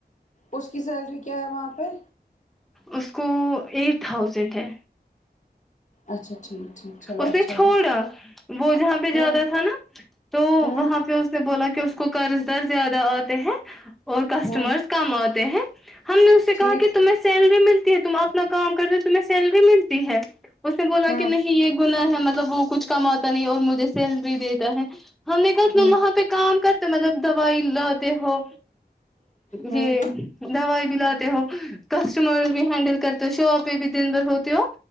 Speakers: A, on the left; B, in the centre.
A: اس کی سیلری کیا ہے وہاں پہ
B: اس کو ایٹ تھاؤزینڈ ہے
A: اچھا ٹھیک ٹھیک چلو
B: اس
A: اچھا
B: نے چھوڑا
A: ہے
B: وہ جہاں پہ
A: ہوں
B: جاتا تھا نا تو
A: ہوں
B: وہاں پہ اس نے بولا کہ اس کو قرض در زیادہ آتے ہیں اور کسٹمرس
A: ہوں
B: کم آتے ہیں ہم نے اسے
A: ٹھیک
B: کہا کہ تمہیں سیلری ملتی ہے تم اپنا کام کرتے ہو تمہیں سیلری ملتی ہے اس نے بولا
A: ہاں
B: کہ نہیں یہ گناہ ہے مطلب وہ کچھ کماتا نہیں اور مجھے سیلری دیتا ہے ہم نے کہا
A: ہوں
B: وہاں پہ کام کرتے مطلب دوائی لتے ہو
A: ہوں
B: یہ دوائی بھی لاتے ہو کسٹمر بھی ہینڈل کرتے شاپ پہ بھی دن بھر ہوتے ہو